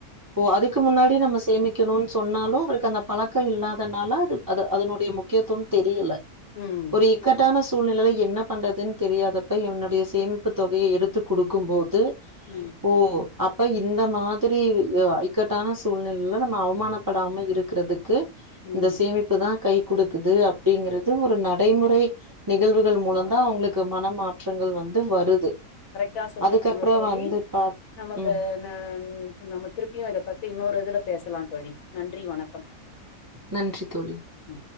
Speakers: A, on the right; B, on the left.
A: ஓ அதுக்கு முன்னாடி நம்ம சேமிக்கணுனு சொன்னாலு அவருக்கு அந்த பழக்க இல்லாதனால அது அது அதனுடைய முக்கியத்துவ தெரியல
B: ம்
A: ஒரு இக்கட்டான சு சூழ்நிலை என்ன பண்ணுறதுன்னு தெரியாதப்ப என்னுடைய சேமிப்புத் தொகையை எடுத்து குடுக்கு போது
B: ம்
A: ஓ அப்ப இந்த மாதிரி இஅ க்கட்டான சூழ்நிலைல நம்ம அவமானப்படாம இருக்கிறதுக் கு
B: ம்
A: இந்த சேமிப்பு தா கை குடுக்குது அப்படிங்கிறது ஒரு நட் டைமுறை நிகழ்வுகள் மூலம்தா அவ்ங்களுக்கு மன மாற்றங்கள் வந்து வருது
B: கரெக்டா சொல்லிருக்கீங்க
A: அதுக்கப்புறம்
B: தோழி
A: வந்து பாத்
B: நமக்கு
A: ம்.
B: ந நம்ம திருப்பியும் இத பத்தி ன்னொரு இதுல பேசலாம் தோழி நன்றி வணக்கம்
A: நன்றி தோழி
B: ம்